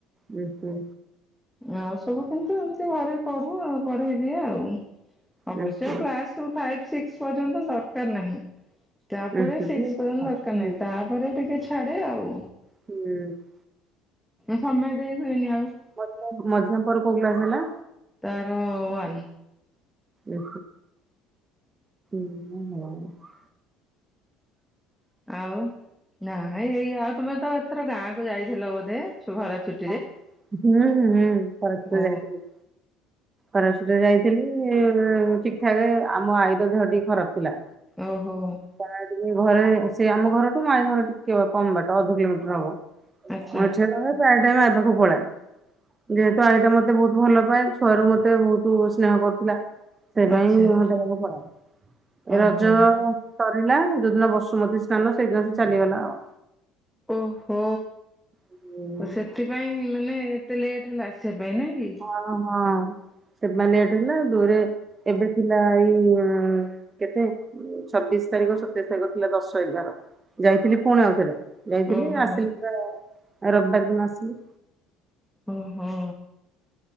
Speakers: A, on the right; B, in the centre.
A: ହୁଁ ହୁଁ।
B: ଆଉ ସବୁ କିନ୍ତୁ ଏମତି ଘରେ ପଢୁ ଆଉ ପଢେଇ ଦିଏ ଆଉ। ଅବଶ୍ୟ
A: ଉଁ ହୁଁ
B: କ୍ଲାସ ଫାଇ, ସିକ୍ସ ପର୍ଯ୍ୟନ୍ତ ଦରକାର ନାହିଁ। ତାପରେ
A: ଉଁ ହୁଁ
B: ସିକସ
A: ହୁଁ
B: ପର୍ଯ୍ୟନ୍ତ ଦରକାର ନାହିଁ, ତାପରେ ଟିକେ ଛାଡେ ଆଉ।
A: ହୁଁ।
B: ସମୟ ଦେଇ ହୁଏନି ଆଉ।
A: ମଝିଆଁ ମଝିଆଁ ପୁଅ ର କୋଉ କ୍ଲାସ ହେଲା?
B: ତାର ୱନ୍।
A: ଏ ନ <unintelligible>
B: ଆଉ ନା ଭାଇ ଏଇ ଆଉ ତମେ ତ ଏଥର ଗାଁ କୁ ଯାଇଥିଲ ବୋଧେ ଛୁଆର ଛୁଟି
A: ହଁ ହୁଁଁ ହୁଁ ଖରାଦିନେ
B: ଓ
A: ଯାଇଥିଲି। ଖରାଛୁଟିରେ ଯାଇଥିଲି ଠିକ୍ ଠାକ୍ ଆମ ଆଇର ଦେହ ଟିକେ ଖରାପ ଥିଲା।
B: ଓହୋ।
A: ତା ଟିକେ ଘରେ ସେ ଆମ ଘର ଟୁ ମାଈ ଘର ଟିକେ କମ୍ ବାଟ ଅଧ କିଲୋମିଟର ହବ।
B: ଆଚ୍ଛା
A: ମଝିଆଁ ନନା ପ୍ରାୟ ଟାଇମ୍ ଆଇ ପାଖକୁ ପଳାଏ, ଯେହେତୁ ଆଇଟା ମୋତେ ବହୁତ ଭଲ ପାଏ, ଛୁଆରୁ ମତେ ମତେ ବହୁତ ସ୍ନେହ କରୁଥିଲା, ସେଇପାଇ
B: ଆଚ୍ଛା
A: ମୁଁ ତା ପାଖକୁ ପଳାଏ।
B: ଓହୋ
A: ରଜ ସରିଲା ଯୋଉଦିନ ବସୁମତୀ ସ୍ନାନ ସେଇଦିନ ସେ ଚାଲିଗଲା ଆଉ।
B: ଓହୋ
A: ଆଉ।
B: ସେଥିପାଇଁ ମାନେ ଏତେ ଲେଟ୍ ହେଲା ଆସିବା ପାଇଁ ନଁ କି।
A: ହଁ ହଁ ସେମା ଲେଟ୍ ହେଲା ଦୂରେ ଏବେ ଥିଲା ଏଇ ଉ କେତେ ଛବିଶ ତାରିଖ ସତେଇଶ ତାରିଖ ଥିଲା ଦଶ ଏଗାର। ଯାଇଥିଲି ପୁଣି ଆଉଥରେ, ଯାଇଥିଲି
B: ଓହୋ
A: ଆସିଲି ପୁରା ରବିବାର ଦିନ ଆସିଲି।
B: ଓହୋ।